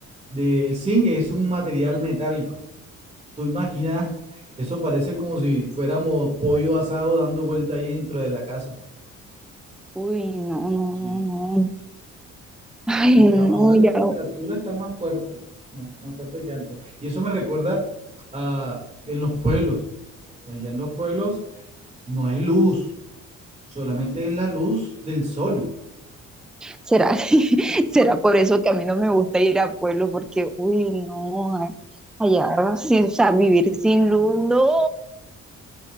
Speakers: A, on the right; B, in the centre.
A: De, el zinc es un material metálico. Tú imaginas, eso parece como si fuéramos pollo asado dando vuelta ahí dentro de la casa.
B: Uy, no, no,
A: Sí.
B: no, <laughs> no. Ay,
A: Aunque
B: no,
A: ahora la
B: ya.
A: temperatura está más fuerte, más, más fuerte que antes. Y eso me recuerda a en los pueblos. Allá en los pueblos no hay luz, solamente es la luz del sol.
B: ¿Será, <laughs> será por eso que a mí no me gusta ir a pueblo? Porque, uy, no. a- Allá, sí, o sea, vivir sin luz, no.